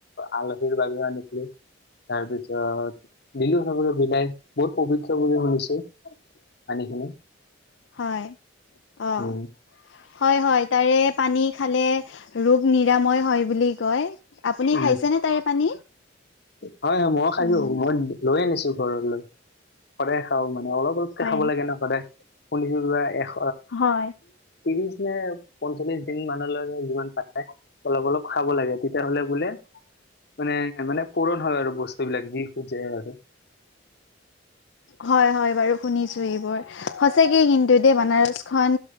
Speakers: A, on the left; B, on the left.
A: আলহীৰ বাবেও আনিছো। তাৰ পিছত দিলো চবকে বিলাই বহুত পৱিত্ৰ বুলি শুনিছোঁ পানীখিনি।
B: হয়, অ।
A: উম
B: হয় হয় তাৰে পানী খালে ৰোগ নিৰাময় হয় বুলি কয়। আপুনি
A: উ,
B: খাইছেনে তাৰে পানী?
A: হয় হয় মইও খাইছো
B: উম।
A: মই লৈ আনিছো ঘৰলৈ সদায় খাওঁ মানে অলপ অলপকে
B: হয়
A: খাব লাগে ন সদায়। শুনিছো <unintelligible> কিবা এশ
B: হয়।
A: ত্ৰিশ নে পঞ্চল্লিশ দিন মানলৈকে যিমান পাই অলপ অলপ খাব লাগে তেতিয়াহ'লে বোলে মানে, মানে পূৰণ হয় আৰু বস্তু বিলাক যি খোজে আৰু।
B: হয়, হয় বাৰু শুনিছোঁ এইবোৰ সঁচাকে কিন্তু দেই বানাৰচ খন